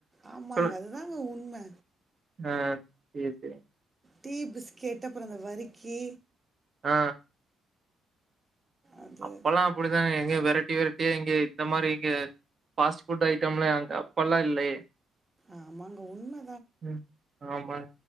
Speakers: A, on the right; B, on the right.
A: ஆமாங்க
B: சொல்லு
A: அதுதாங்க உண்ம.
B: ஆ சேரி சேரி
A: டீ பிஸ்கெட்டு அப்புறந்த வரிக்கி.
B: ஆ
A: அது
B: அப்பெல்லாம் அப்படித்தானுங்க எங்க வெரைட்டி வெரைட்டி. இங்க இந்த மாரி இங்க. ஃபாஸ்ட் ஃபுட் ஐட்டம்ல <unintelligible> இப்பல்லா இல்லையே
A: ஆமாங்க உண்மை
B: ம் ஆமாங்க